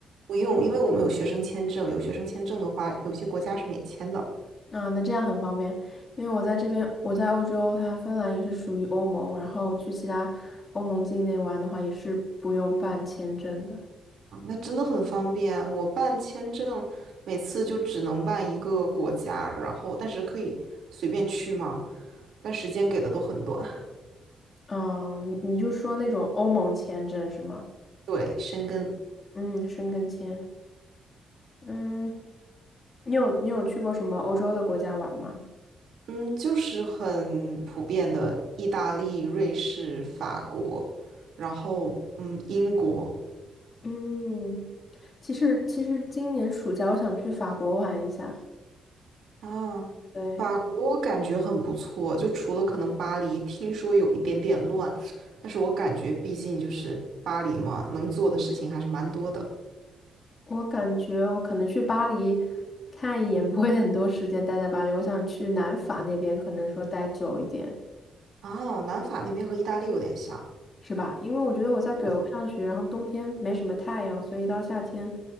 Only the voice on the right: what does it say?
不用，因为我们有学生签证，有学生签证的话，有些国家是免签的。
啊那真的很方便。我办签证，每次就只能办一个国家，然后但是可以随便去嘛，但时间给的都很短。<laughs>
对，申根。
嗯，就是很普遍的意大利、瑞士、法国，然后嗯，英国
啊，
法国我感觉很不错，就除了可能巴黎，听说有一点点乱，但是我感觉毕竟就是巴黎嘛，能做的事情还是蛮多的
啊。南法那边和意大利有点像，
对，